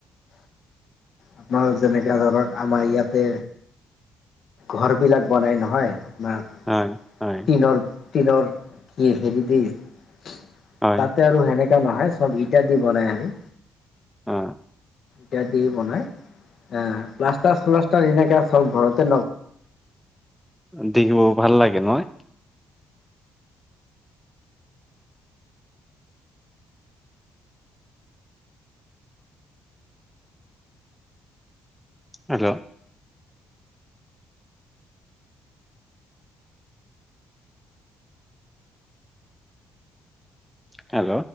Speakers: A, on the left; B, in the centre.
A: আপোনাৰ যেনেকে ধৰক আমাৰ ইয়াতে ঘৰ বিলাক বনাই নহয় আপাৰ
B: হয়, হয়,
A: টিনৰ টিনৰ কি হেৰি দি তাতে
B: হয়,
A: আৰু সেনেকাা নহয় চব ইটা দি বনাই আৰু।
B: অ।
A: ইটা দি বনাই আহ প্লাষ্টাৰ চালাষ্টৰ এনেকে চব ঘৰতে ন।
B: দেখিব ভাল লাগে নহয়। হেল্ল। হেল্ল'।